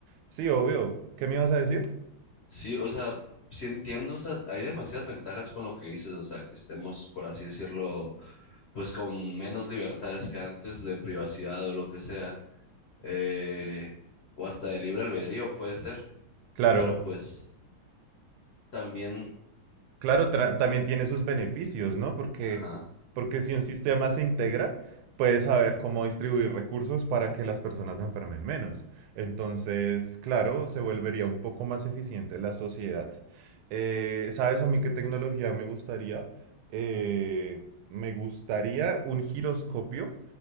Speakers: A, on the right; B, on the left.
A: sí, obvio. ¿Qué me ibas a decir?
B: sí, o sea, sí entiendo, o sea, hay demasiadas ventajas con lo que dices, o sea, que estemos, por así decirlo, pues con menos libertades que antes de privacidad o lo que sea. eh, o hasta de libre albedrío puede ser,
A: Claro.
B: pero pues también,
A: Claro, tra- también tiene sus beneficios, ¿no? Porque,
B: ajá,
A: porque si un sistema se integra, puede saber cómo distribuir recursos para que las personas se enfermen menos. Entonces, claro, se volvería un poco más eficiente la sociedad. Eh, ¿sabes a mí qué tecnología me gustaría? Eh, me gustaría un giroscopio